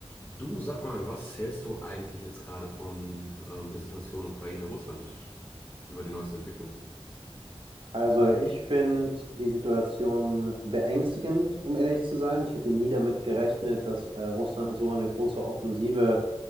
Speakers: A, on the left; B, on the right.
A: Du sag mal, was hältst du eigentlich jetzt gerade von ähm, der Situation Ukraine-Russland über die neuesten Entwicklungen?
B: Also ich finde die Situation beängstigend, um ehrlich zu sein. Ich hätte nie damit gerechnet, dass äh, Russland so eine große Offensive